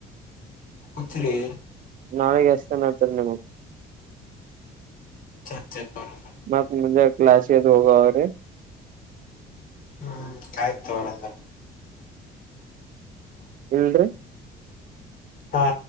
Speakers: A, on the left; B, on the right.
A: ಕುತ್ರಿ
B: ನಾಳೆಗೆ ಎಷ್ಟನ ಅಚ್ರಿ ನೀವು.
A: <inaudible>
B: <unintelligible> ಕ್ಲಾಸಿಗ್ ಹೋಗ ಅವರೇ
A: ಹ್ಮ್ ಆಯ್ತು ನೋಡಂಗರೆ
B: ಇಲ್ರಿ
A: ಹಾ